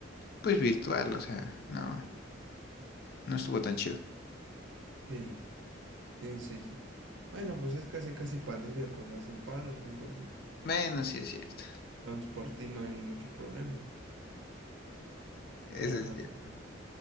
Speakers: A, on the left; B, on the right.
A: pues virtual, o sea, no, no estuvo tan chido.
B: sí, sí, sí, sí. Bueno, pues es casi, casi pandemia cuando hacen paros, entonces
A: Bueno, sí es cierto.
B: Entonces por ti no hay mucho problema.
A: Eso
B: Cada
A: es
B: rato
A: cierto.
B: paro.
A: <laughs>